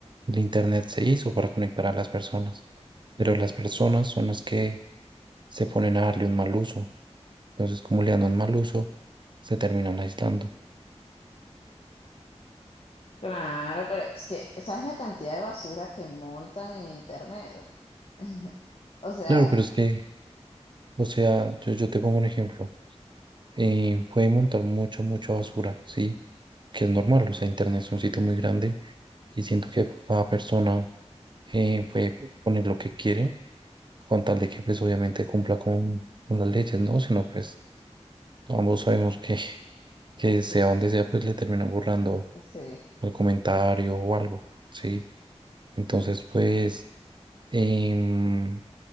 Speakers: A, on the right (about 40°); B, on the left (about 55°).
A: El Internet se hizo para conectar a las personas. Pero las personas son las que se ponen a darle un mal uso. Entonces, como le dan un mal uso, se terminan aislando.
B: Claro, pero es que, ¿sabes la cantidad de basura que montan en internet? <laughs> O sea,
A: Claro, pero es que O sea, yo, yo te pongo un ejemplo. eh, puede montar mucha, mucha basura, ¿sí? Que es normal, o sea, Internet es un sitio muy grande y siento que cada persona eh, puede poner lo que quiere con tal de que pues obviamente cumpla con, con las leyes, ¿no? Si no, pues ambos sabemos que, <laughs> que
B: sí,
A: sea donde sea, pues le terminan borrando
B: sí,
A: el comentario o algo, ¿sí? Entonces, pues, em,